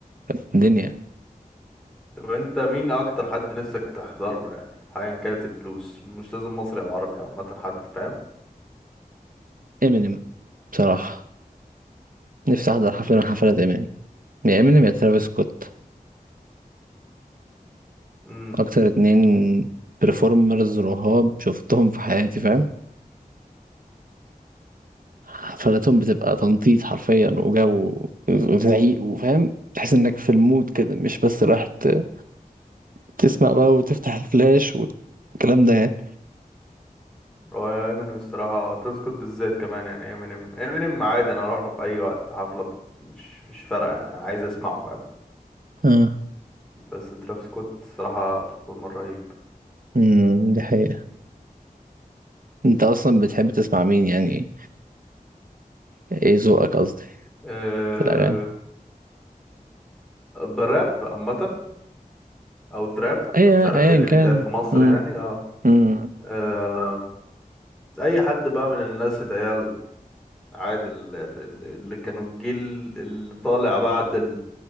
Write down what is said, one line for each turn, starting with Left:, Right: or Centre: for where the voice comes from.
Right: كانت الدنيا
Centre: طب انت مين اكتر حد نفسك تحضر له يعني ايا كانت الفلوس مش لازم مصري او عربي عامه حد فاهم
Right: إمينيم بصراحة نفسي أحضر حفلة
Centre: امينيم
Right: من حفلات إمينيم يا إمينيم يا ترافيس سكوت
Centre: امم
Right: أكتر اتنين بريفورمرز رهاب شفتهم في حياتي فاهم حفلاتهم بتبقى تنطيط حرفيا وجو وزعيق وفاهم تحس انك في المود كده مش بس رايح ت- تسمع بقى وتفتح الفلاش والكلام ده يعني
Centre: هو امينيم الصراحه تسكت بالذات كمان يعني امينيم امينيم عادي انا اروح له في اي وقت في حفله ب- مش مش فارقه انا عايز اسمعه
Right: اه
Centre: بس ترافيس سكوت الصراحة برفورمر رهيب
Right: امم دي حقيقة انت اصلا بتحب تسمع مين يعني ايه ذوقك قصدي
Centre: أه
Right: في الاغاني
Centre: براب عامة أو تراب
Right: اي
Centre: أنا
Right: ايا
Centre: مش عارف ايه اللي
Right: كان
Centre: بيتقال في مصر
Right: امم
Centre: يعني اه
Right: امم
Centre: أه أي حد بقى من الناس اللي هي عادي اللي اللي كانوا الجيل اللي طالع بعد ال...